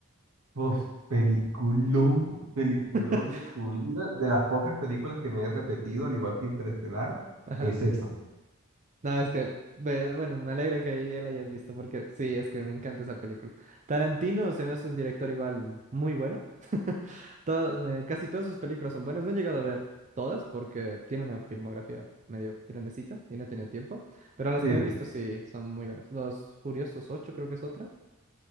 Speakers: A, on the right; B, on the right.
A: Uf, peliculón, peliculón
B: <laughs>
A: de tu vida. De las pocas películas que me he repetido, al igual que Interestelar,
B: Ajá.
A: es esa.
B: No, es que, be- bueno, me alegra que ya la hayas visto porque sí, es que me encanta esa película. Tarantino se me hace un director igual muy bueno. <laughs> Todo- eh, casi todas sus películas son buenas. No he llegado a ver todas porque tiene una filmografía medio grandecita y no he tenido tiempo. Pero las
A: Sí.
B: que me he visto sí son muy buenas. Los Furiosos 8 creo que es otra.